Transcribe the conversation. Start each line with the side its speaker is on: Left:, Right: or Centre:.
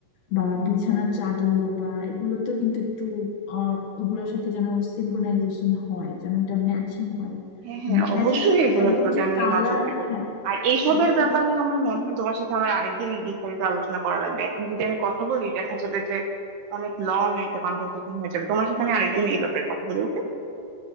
Left: বা বিছানার চাদর বা এগুলোতেও কিন্তু একটু আহ, ওগুলোর সাথে যেন সিনক্রোনাইজেশন হয় যেন এটা ম্যাচিং হয়
Right: হ্যাঁ হ্যাঁ
Left: ম্যাচিং
Right: অবশ্যই
Left: বলতে
Right: এগুলোর
Left: একদম
Right: প্রতি
Left: যে
Right: আমি
Left: কালার
Right: নজর দিব
Left: হ্যাঁ
Right: আর এইসবের
Left: একদম
Right: ব্যাপারে আমার মনে হয় তোমার সাথে আমার আরেকদিন বিস্তারিত আলোচনা করা লাগবে এখন যদি আমি কথা বলি দেখা যাবে যে অনেক লং একটা কনভারসেশন হয়ে যাবে তোমার সাথে আমি আরেকদিন এই ব্যাপারে কথা বলি ওকে